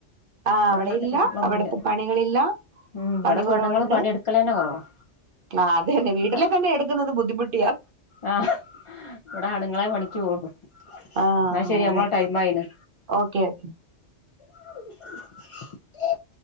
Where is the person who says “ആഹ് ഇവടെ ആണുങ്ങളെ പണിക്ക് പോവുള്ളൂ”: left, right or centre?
Left